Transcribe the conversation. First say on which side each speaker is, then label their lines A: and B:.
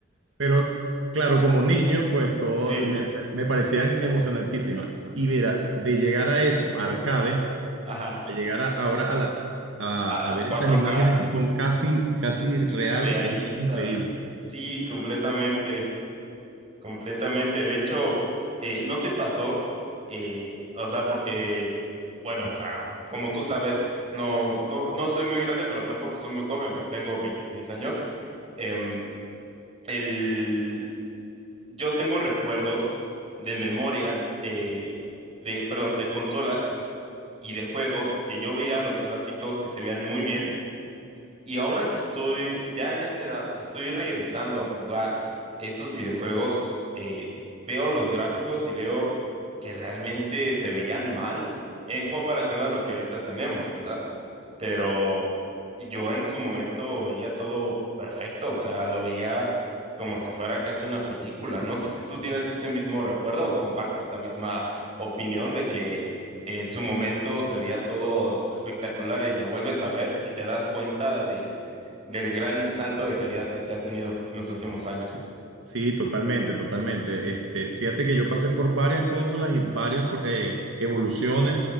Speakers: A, on the right; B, on the right.
A: Pero claro, como niño, pues todo
B: sí,
A: me, me parecían emocionantísimas. Y mira, de llegar a eso, a arcade
B: ajá,
A: a llegar a- ahora a, la, a,
B: a
A: a ver
B: cuatro
A: estas imágenes
B: k
A: que son casi, casi reales,
B: realistas,
A: es increíble.
B: sí, completamente. Completamente. De hecho, eh, ¿no te pasó? Eh, o sea, porque, bueno, o sea, como tú sabes, no, no, no soy muy grande, pero tampoco soy muy joven, pues tengo 26 años. Em, el, yo tengo recuerdos de memoria, eh, de, perdón, de consolas y de juegos que yo veía los gráficos que se veían muy bien y ahora que estoy ya en esta edad, que estoy regresando a jugar estos videojuegos, eh, veo los gráficos y veo que realmente se veían mal en comparación a lo que ahorita tenemos, ¿verdad? pero yo en su momento veía todo perfecto, o sea, lo veía como si fuera casi una película. No sé si tú tienes ese mismo recuerdo o compartes la misma opinión de que en su momento se veía todo espectacular y lo vuelves a ver y te das cuenta del, del gran salto de calidad que se ha tenido en los últimos años.
A: Sí, sí, totalmente, totalmente. Este, fíjate que yo pasé por varias consolas y varias por- eh, evoluciones.